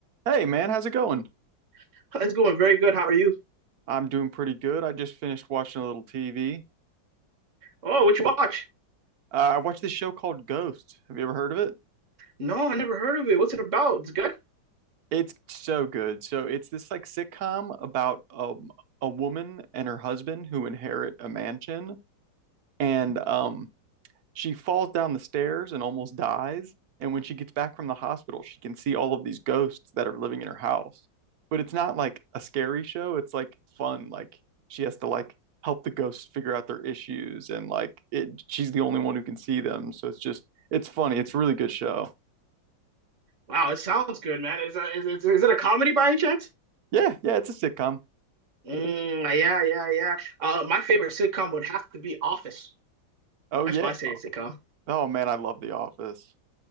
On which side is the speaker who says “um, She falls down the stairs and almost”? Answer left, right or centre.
Right